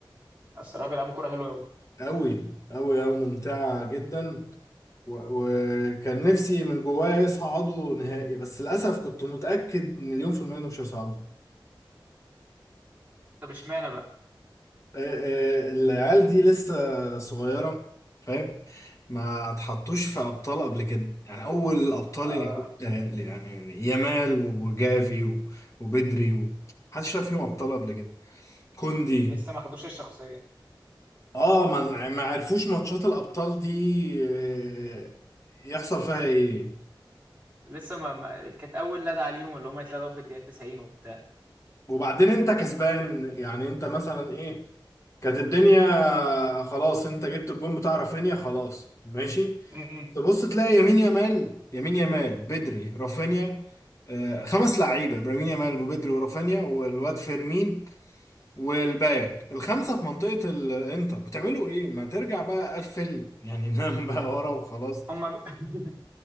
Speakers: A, on the right; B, on the left.
A: الصراحه بيلعبوا كوره حلوه قوي
B: قوي قوي قوي ممتعة جدا و... وكان نفسي من جوايا يصعدوا نهائي بس للأسف كنت متأكد مليون في المية إنهم مش هيصعدوا
A: طب اشمعنى بقى
B: آه، آه، العيال دي لسه صغيرة فاهم ما اتحطوش في أبطال قبل كده يعني أول الأبطال
A: آه
B: يعني متهيألي يعني يامال وجافي و- وبدري و- محدش شاف فيهم أبطال قبل كده كوندي
A: لسه ما خدوش الشخصيه
B: اه ما ما عرفوش ماتشات الأبطال دي آه، يحصل فيها ايه
A: لسه ما, ما... كانت اول لدى عليهم اللي هم يتلدعوا في الدقيقه 90 وبتاع
B: وبعدين انت كسبان يعني انت مثلا ايه كانت الدنيا خلاص انت جبت الجون بتاع رافينيا خلاص ماشي
A: امم
B: تبص تلاقي يمين يامال يمين يامال بدري رافينيا آه، خمس لعيبه ابراهيم يامال وبدري ورافينيا والواد فيرمين والباك الخمسه في منطقه الانتر بتعملوا ايه ما ترجع بقى قفل يعني <laughs> نام بقى ورا وخلاص
A: هم <laughs>